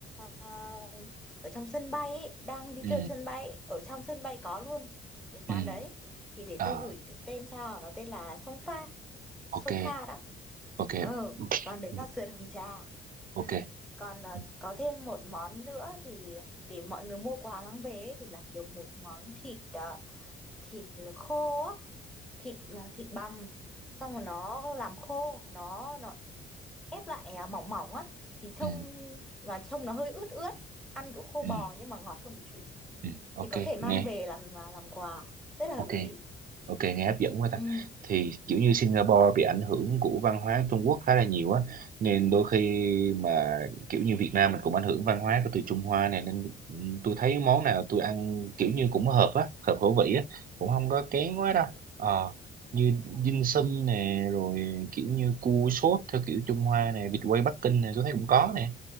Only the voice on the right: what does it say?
Ừ.
Ừ.
Ờ,
ok.
Ok.
Ừ.
Ok.
Ừ.
Ừ.
Ừ.
Ừ. Ok.
Nghe.
Ok.
Ok nghe hấp dẫn quá
ta thì kiểu như Singapore bị ảnh hưởng của văn hóa Trung Quốc khá là nhiều á nên đôi khi mà kiểu như Việt Nam mình cũng ảnh hưởng văn hóa của từ Trung Hoa này nên ừ, tôi thấy món nào tôi ăn kiểu như cũng hợp á hợp khẩu vị á cũng không có kén quá đâu ờ như dim sum nè rồi kiểu như cua sốt theo kiểu Trung Hoa nè vịt quay Bắc Kinh nè tôi thấy cũng có nè